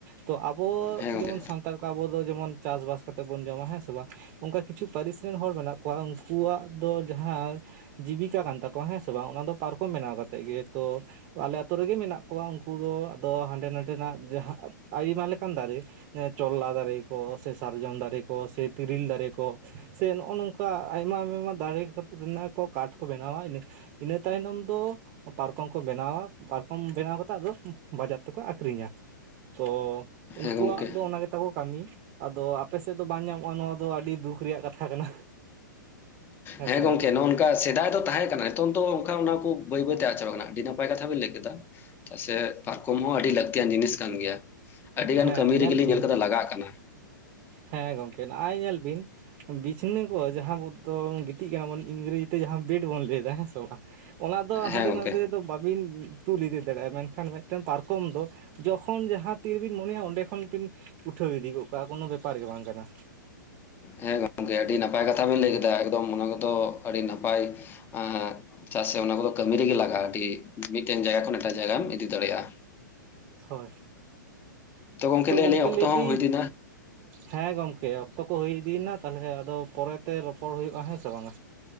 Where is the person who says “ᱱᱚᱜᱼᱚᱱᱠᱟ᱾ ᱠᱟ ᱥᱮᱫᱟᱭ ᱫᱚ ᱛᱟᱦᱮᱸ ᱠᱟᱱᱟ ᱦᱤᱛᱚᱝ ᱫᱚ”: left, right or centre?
Left